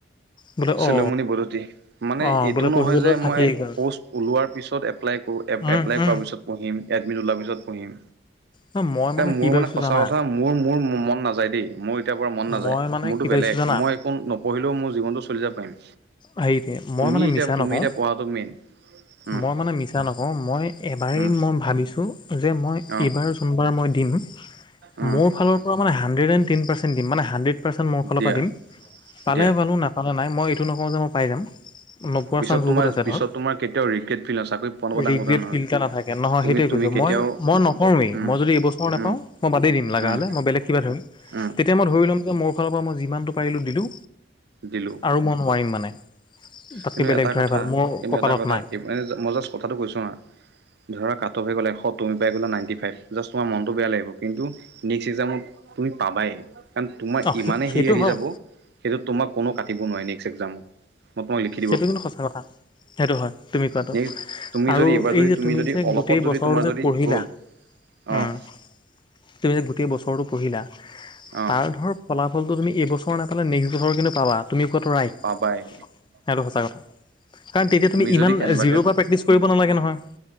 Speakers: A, on the left; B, on the right.
A: বোলে
B: চেলোমনি
A: অ
B: বদোতি মানে,
A: অ
B: এইটো
A: বোলে পঢ়িবলৈ
B: নহয় যে
A: থাকিয়েই
B: মই
A: গ'ল
B: পষ্ট- ওলোৱাৰ পিছত এপ্লাই কৰো
A: উম
B: এপ্লাই
A: উম
B: কৰাৰ পিছত পঢ়িম এডমিট ওলোৱাৰ পিছত পঢ়িম?
A: ন মই
B: তে মোৰ
A: কি ভাবিছো
B: মানে সঁচা
A: জানা
B: কথা মোৰ মোৰ মন নাযায় দেই মই- কেতিয়াৰ পৰা মন নাযায়
A: মই মানে
B: মোৰতো
A: কি ভাবিছো
B: বেলেগ
A: জানা
B: মই একো নপঢ়িলেও মোৰ জীৱনটো চলি যাব পাৰিম।
A: হেৰি মই
B: তুমি
A: মানে
B: এতিয়া
A: মিছা
B: তুমি
A: নকওঁ!
B: এতিয়া পঢ়াটো মেইন উম
A: মই মানে মিছা নকওঁ মই এবাৰেই
B: উম
A: মই ভাবিছোঁ যে মই
B: অ
A: এইবাৰ যোনবাৰ মই দিম,
B: উম
A: মোৰ ফালৰ পৰা মানে হাণ্ড্ৰেড এণ্ড টেন পাৰ্চেণ্ট দি মানে হাণ্ড্ৰেড পাৰ্চেণ্ট মোৰ ফালৰ
B: দিয়া
A: পৰা দিম পালে
B: দিয়া
A: পালো নাপালেই নায়। নেপালো নাই মই এইটো নকওঁ যে মই পাই যাম। নোপোৱাৰ
B: পিছত
A: চানস
B: তোমাৰ
A: বহুত আছে
B: পিছত
A: ধৰ
B: তোমাৰ কেতিয়াও ৰিগ্ৰেট ফিল নহয় চাকৰি পোৱা নোপোৱা ডাঙৰ
A: ৰিগ্ৰেট
B: কথা নহয়
A: ফিল্ এটা নাথাকে। নহয়
B: তুমি
A: সেইটোৱে
B: তুমি
A: কৈছঁ
B: কেতিয়াও
A: মই নকৰোৱেই
B: উম
A: মই যদি এইবছৰ নাপাওঁ
B: উম
A: মই বাদেই দিম লগা
B: উম
A: হ'লে মই বেলেগ কিবা ধৰিম।
B: উম
A: তেতিয়া মই ধৰি ল'ম যে মোৰ ফালৰ পৰা মই যিমানটো পাৰিলোঁ দিলোঁ
B: দিলোঁ
A: আৰু মই নোৱাৰিম মানে। তাতকৈ
B: কিন্তু
A: বেলেগ
B: এটা
A: ধৰাই
B: কথা
A: ভাল মোৰ
B: কিন্তু
A: কপালত
B: এটা কথা
A: নাই
B: এইবাৰে মই জাষ্ট কথাটো কৈছো হা। ধৰা কাট অফ হৈ গ'ল এশ তুমি পাই গ'লা নাইনটি ফাইভ জাষ্ট তোমা মনটো বেয়া লাগিব কিন্তু নেক্স এক্সামত- তুমি পাবাই কাৰণ তোমাৰ
A: অঁ
B: ইমানেই
A: সেই সেইটো
B: হেৰি আহি
A: হয়
B: যাব সেইটো তোমাক কোনো কাটিব নোৱাৰে নেকি। একজাম হবই
A: হেইটো কিন্তু সঁচা কথা! সেইটো হয় তুমি কোৱাটো
B: নেক্সট তুমি
A: আৰু
B: যদি এইবাৰ
A: এই
B: যদি
A: যে তুমি
B: যদি
A: যে
B: অলপত
A: গোটেই
B: যদি
A: বছৰটো
B: তোমাৰ
A: যে
B: যদি
A: পঢ়িলা
B: গ'ল অঁ
A: উম, তুমি যে গোটেই বছৰটো পঢ়িলা
B: অঁ
A: তাৰ ধৰ ফলাফলটো তুমি এইবছ ছৰ নাপালে নেষ্ট বছৰ কিন্তু পাবা তুমি কোৱাটো ৰাইট
B: অঁ পায়!
A: সেইটো সঁচা কথা কাৰণ তেতিয়া তুমি ইমান
B: যদি কেনেবাকে
A: জিৰ' পা প্ৰেক্টিছ কৰিব নালাগে নহয়,